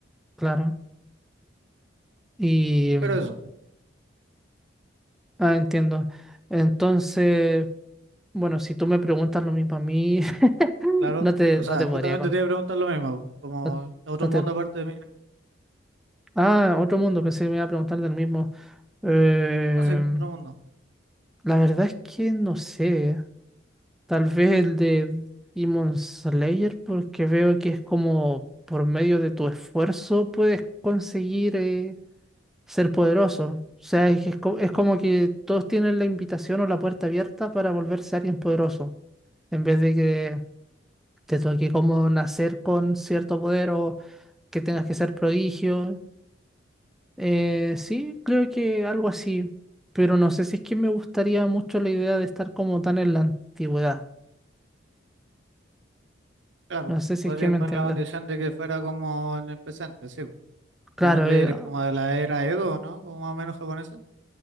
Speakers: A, in the centre; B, on the right.
A: claro. Y
B: Pero eso,
A: Ah, entiendo. Entonces, bueno, si tú me preguntas lo mismo a mí, <laughs>
B: claro.
A: no te,
B: O
A: no
B: sea,
A: te podría
B: justamente
A: con-
B: te iba a preguntar lo mismo, po, como
A: no,
B: otro
A: no
B: mundo
A: te...
B: aparte de mí.
A: Ah, otro mundo, pensé que me iba a preguntar del mismo. Eh,
B: No sé, otro mundo.
A: la verdad es que no sé. Tal vez el de Demon Slayer, porque veo que es como por medio de tu esfuerzo puedes conseguir. eh, ser poderoso. O sea, es, es co- es como que todos tienen la invitación o la puerta abierta para volverse alguien poderoso, en vez de que te toque como nacer con cierto poder o que tengas que ser prodigio. Eh, sí, creo que algo así, pero no sé si es que me gustaría mucho la idea de estar como tan en la antigüedad.
B: Claro,
A: No sé si
B: podría
A: es que me
B: poner
A: entiendes.
B: la condición de que fuera como en el presente, sí. po.
A: Claro,
B: Demon Slayer
A: eh,
B: es como de la era Edo, ¿no? Como más o menos japonés. <clears throat>